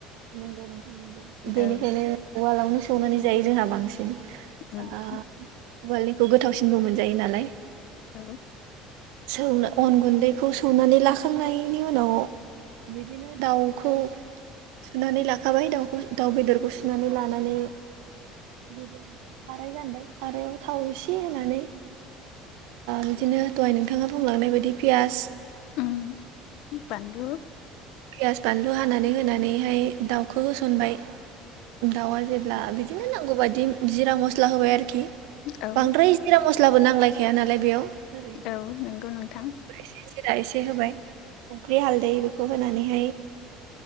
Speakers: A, on the right (about 75°); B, on the left (about 55°).
A: नंगौ नोंथां नंगौ बेनिखायनो
B: औ
A: उवालावनो सौनानै जायो जोंहा बांसिन।
B: <unintelligible>
A: ओ उवालनिखौ गोथावसिनबो मोनजायो नालाय।
B: औ
A: स अन गुन्दैखौ सौनानै लाख। खांनायनि उनाव बिदिनो दाउखौ। सुनानै लाखाबाय दाउखौ दाउ बेदरखौ सुनानै लानानै। गिबियावनो साराय गानबाय सारायाव थाव एसे होनानै। बिदिनो दहाय नोंथाङा बुंलांनाय बायदि। पियास
B: उ बानलु।
A: ऻफयास बानलु हानानै होनानैहाय दाउ। खौ होसनबाय दाउआ जेब्ला बिदिनो नांगौ बायदि जिरा मस्ला होबाय आरोखि।
B: औ
A: बांद्राय जिरा मस्लाबो नांलायखाया नालाय बेयाव। ओरैनो
B: औ नंगौ नोंथां
A: एसे जिरा एसे होबाय। संख्रि हालदै बेखौ होनानैहाय